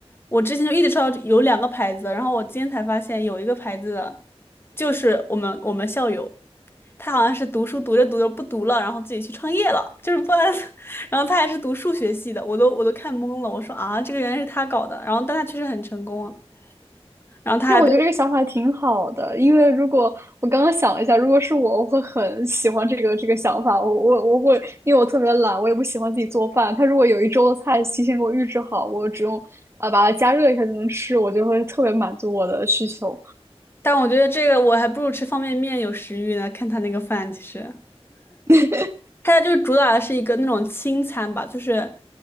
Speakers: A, on the left; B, on the right.
A: 我之前就一直知道有两个牌子，然后我今天才发现有一个牌子的，就是我们我们校友，他好像是读书读着读着不读了，然后自己去创业了，就是不然，<laughs> 然后他还是读数学系的，我都我都看懵了，我说啊，这个原来是他搞的，然后但他确实很成功啊，然后他还被，
B: 就我觉得这个想法挺好的，因为如果我刚刚想了一下，如果是我，我会很喜欢这个这个想法。我我我会，因为我特别懒，我也不喜欢自己做饭。他如果有一周的菜提前给我预制好，我只用啊把它加热一下就能吃，我就会特别满足我的需求
A: 但我觉得这个我还不如吃方便面有食欲呢，看他那个饭其实。
B: <laughs>
A: 他家就是主打的是一个那种轻餐吧，就是